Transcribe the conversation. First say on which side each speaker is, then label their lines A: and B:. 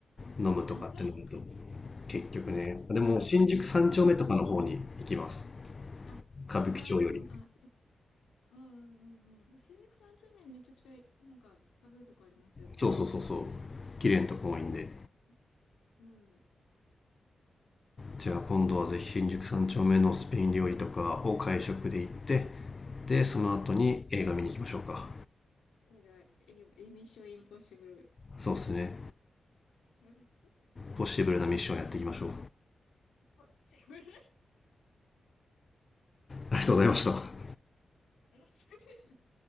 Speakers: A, on the left (about 85°); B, on the left (about 40°).
A: <laughs>
B: 飲むとかってなると結局ねでも新宿三丁目とかの方に行きます
A: あ、まあ、飲み、飲みはね。あ、ああなるほど。
B: 歌舞伎町より
A: あ、そ、あー、うんうんうん。新宿三丁目めちゃくちゃ、なんか、食べるとこありますよね。
B: そうそうそうそう綺麗なとこ多いんで
A: うんうん。うん。そっか。
B: じゃあ今度はぜひ新宿三丁目のスペイン料理とかを会食で行って
A: じゃあ、
B: でその後に映画見に行きましょうか
A: はい。映画、エ、エミッションインポッシブル。
B: そうですね
A: <laughs> イン
B: ポッシブルなミッションやっていきましょう
A: ポッシブル。
B: ありがとうございました
A: <laughs>